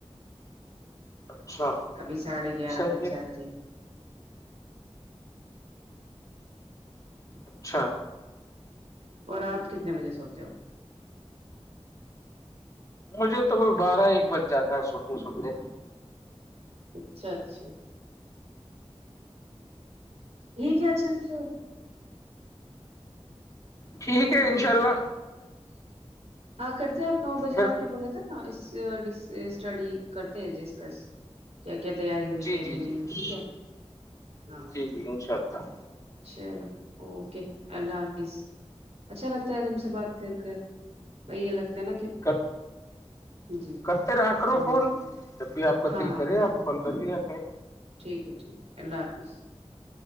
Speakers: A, on the left; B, on the right.
A: اچھا
B: کبھی ساڑھے گیارہ
A: صحیح
B: بج
A: ہے
B: جاتے
A: اچھا
B: اور آپ کتنے بجے سوتے ہو
A: مجھے توئی بارہ ایک بج جاتا ہے سوتے سوتے
B: اچھا اچھا ٹھیک اچھے پھر
A: ٹھیک
B: ارے
A: ہے
B: ابھی
A: انشاء اللہ
B: ہاں کرتے ہیں آپ نو بجے
A: پھر
B: آپ نے بولا تھا نا اس اسٹڈی کرتے ہیں جس کر ج کیا کیا تیاری ہوئی
A: جی
B: کیا
A: جی
B: کیا نہیں ہوئی
A: جی
B: ٹھیک ہے ہاں
A: جی جی انشاء اللہ
B: چلو اوکے اللہ حافظ اچھا لگتا ہے تم سے بات کر کر بھائی یہ لگتا ہے نا کہ
A: کت
B: جی
A: کر تے راہا کرو
B: اوکے
A: فون تب بھی آپ کا
B: ہاں
A: دل
B: ہاں
A: کرے
B: بالکل
A: آپ کال کر لیا کریں
B: ٹھیک ہے ٹھیک ہے اللہ حافظ